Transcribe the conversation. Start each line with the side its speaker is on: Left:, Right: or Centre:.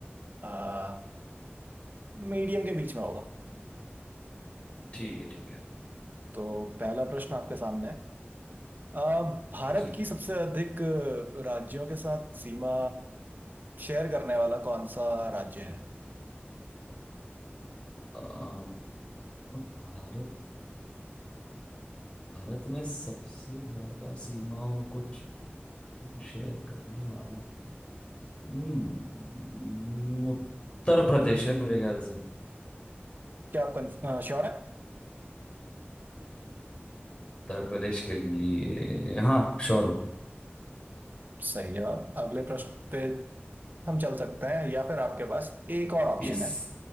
Right: आ, मीडियम के बीच में होगा
Left: ठीक है ठीक है
Right: तो पहला प्रश्न आपके सामने है आ, भारत
Left: जी
Right: की सबसे अधिक अ, राज्यों के साथ सीमा शेयर करने वाला कौन सा राज्य है
Left: आ, भारत भारत में सबसे ज्यादा सीमाओं को शेयर करने वाला हम्म उत्तर प्रदेश है मेरे ख्याल से
Right: क्या आप श्योर है
Left: उत्तर प्रदेश के लिए हाँ श्योर हूँ
Right: सही जवाब अगले प्रश्न पे हम चल सकते हैं या फिर आपके पास एक और ऑप्शन
Left: यस
Right: है